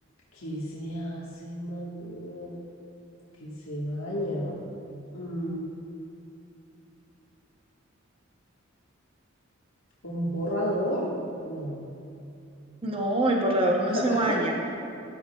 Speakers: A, on the left; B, on the right.
A: ¿qué se hace más? eh, ¿Qué se baña? Mm, ¿un borrador? No.
B: No, el borrador no
A: <laughs>
B: se baña.